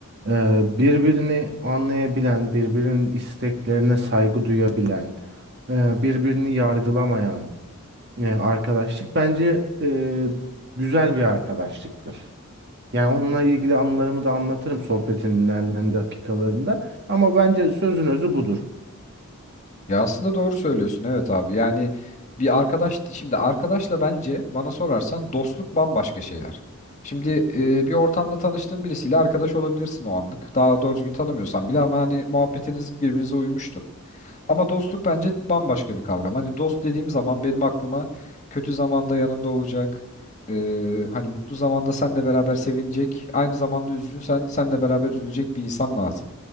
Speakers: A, on the right; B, on the left.
A: E, birbirini anlayabilen, birbirinin isteklerine saygı duyabilen, e, birbirini yargılamayan e, arkadaşlık bence e, güzel bir arkadaşlıktır. Yani onunla ilgili anılarımı da anlatırım sohbetin ilerleyen dakikalarında. Ama bence sözün özü budur.
B: Ya aslında doğru söylüyorsun evet abi. Yani bir arkadaş şimdi arkadaşla bence bana sorarsan dostluk bambaşka şeyler. Şimdi e, bir ortamda tanıştığın birisiyle arkadaş olabilirsin o anlık. Daha doğru düzgün tanımıyorsan bile ama hani muhabbetiniz birbirinize uymuştur. Ama dostluk bence bambaşka bir kavram. Hani dost dediğim zaman benim aklıma kötü zamanda yanında olacak. e, hani mutlu zamanda seninle beraber sevinecek. Aynı zamanda üzgünsen seninle beraber üzülecek bir insan lazım.